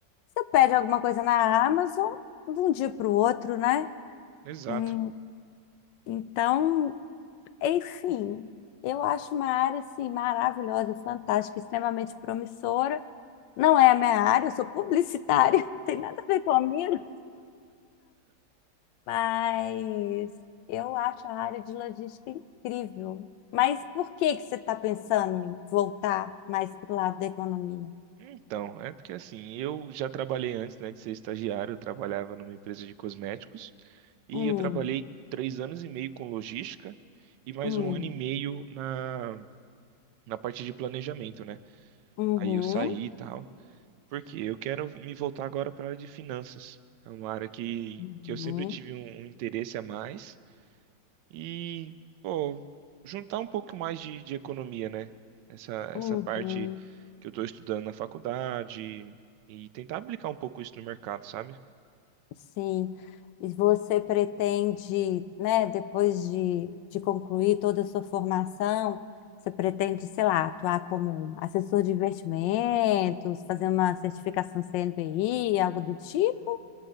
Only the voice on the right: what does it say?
Exato.
Então, é porque assim, eu já trabalhei antes, né, de ser estagiário, eu trabalhava numa empresa de cosméticos e
eu trabalhei três anos e meio com logística e mais
um ano e meio na, na parte de planejamento, né?
Aí eu saí e tal, porque eu quero me voltar agora para a área de finanças. É uma área que,
que eu sempre tive um, um interesse a mais e, pô, juntar um pouco mais de, de economia, né? Essa, essa
parte que eu estou estudando na faculdade e tentar aplicar um pouco isso no mercado, sabe?